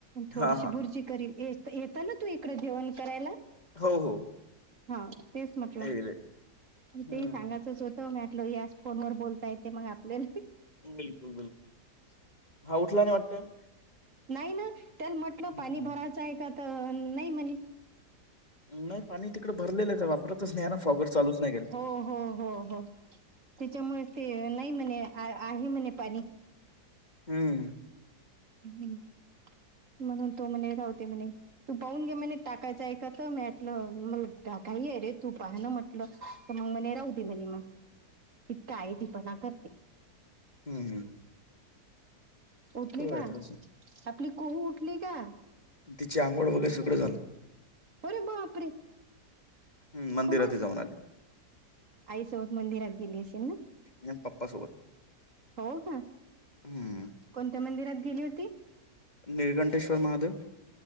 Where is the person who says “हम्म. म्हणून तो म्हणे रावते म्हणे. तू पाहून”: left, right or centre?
Right